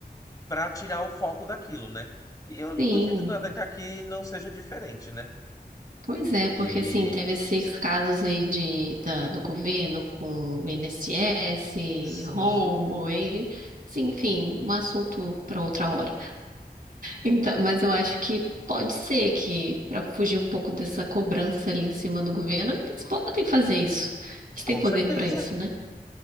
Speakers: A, on the left (about 20°); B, on the right (about 55°).
A: pra tirar o foco daquilo, né? E eu não
B: sim.
A: duvido nada que aqui não seja diferente, né?
B: Pois é, porque
A: Que
B: assim, teve esses casos aí de, da- do governo com o INSS,
A: sim,
B: rombo, e, sim, enfim, um assunto para outra hora. Então, mas eu acho que pode ser que, para fugir um pouco dessa cobrança ali em cima do governo, eles podem fazer isso. Eles têm
A: com
B: poder
A: certeza.
B: para isso, né?